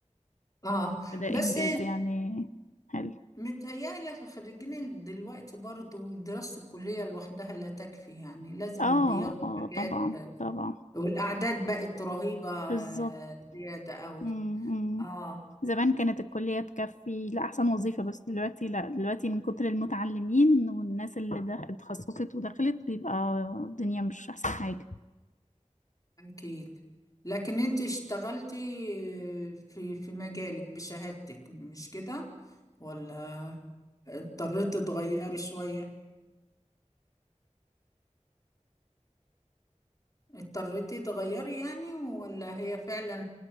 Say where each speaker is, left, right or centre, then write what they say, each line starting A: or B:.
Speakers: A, on the left (about 30°); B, on the left (about 85°).
A: آه
B: ده
A: بس
B: إنجاز يعني حلو
A: متهيألي الخريجين دلوقتي برضو دراسة الكلية لوحدها لا تكفي يعني لازم
B: اه
A: بياخدوا
B: اه
A: حاجات
B: طبعا طبعا
A: والأعداد بقت رهيبة
B: بالظبط
A: زيادة قوي
B: امم أمم.
A: آه
B: زمان كانت الكلية تكفي لأحسن وظيفة بس دلوقتي لا دلوقتي من كتر المتعلمين والناس اللي دخ- اتخصصت ودخلت بيبقى الدنيا مش أحسن حاجة
A: أكيد لكن أنت اشتغلتي آه، في في مجالك بشهادتك مش كده ولا اضطريتي تغيري شوية اضطريتي تغيري يعني ولا هي فعلا